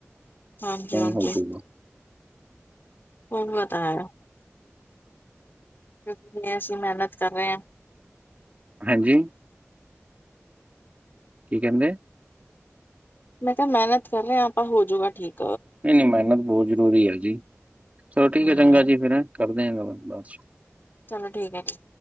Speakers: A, on the left; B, on the right.
A: ਹਾਂਜੀ-ਹਾਂਜੀ
B: ਕਈ ਹੋ ਜੁਗਾ।
A: ਹੋਰ ਬਤਾ ਯਾ ਕੁਛ ਨੀ ਐਸੀਂ ਮੈਹਨਤ ਕਰ ਰੇ ਹੈ।
B: ਹਾਂਜੀ। ਕੀ ਕੈੰਦੇ?
A: ਮੈਂ ਕਿਆ ਮੈਹਨਤ ਕਰ ਰੇ ਆ ਆਪਾਂ ਹੋਜੂਗਾ ਠੀਕ।
B: ਨਹੀਂ ਨਹੀਂ ਮੈਹਨਤ ਬੌਤ ਜ਼ਰੂਰੀ ਹੈ ਜੀ। ਚਲੋ
A: ਹੂੰ
B: ਠੀਕ ਹੈ, ਚੰਗਾ ਜੀ ਫਿਰ ਹੈਂ ਕਰਦੇ ਆ ਗ ਬਾਦ ਚ।
A: ਚਲੋ ਠੀਕ ਹੈ ਜੀ।